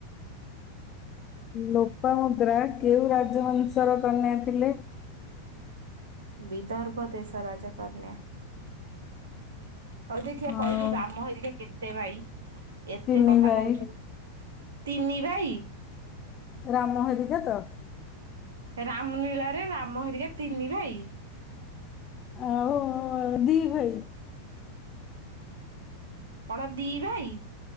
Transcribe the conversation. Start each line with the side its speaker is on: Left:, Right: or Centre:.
Left: ଲୋପାମଦ୍ରା କେଉଁ ରାଜବଂଶର କନ୍ୟା ଥିଲେ?
Right: ବିଦାର୍ବ ଦେଶ ରାଜକନ୍ୟା। ହଉ ଦେଖିଆ
Left: ଆଉ
Right: କହିଲୁ ରାମ ହେରିକା କେତେ ଭାଇ? ଏତେ
Left: ତିନି
Right: କଥା
Left: ଭାଇ
Right: କହୁଚୁ। ତିନି ଭାଇ।
Left: ରାମ ହରିକା ତ?
Right: ରାମ ଲୀଳାରେ ରାମ ହେରିକା ତିନି ଭାଇ?
Left: ଆଉ ଆଉ ଦି ଭାଇ।
Right: କଣ ଦି ଭାଇ?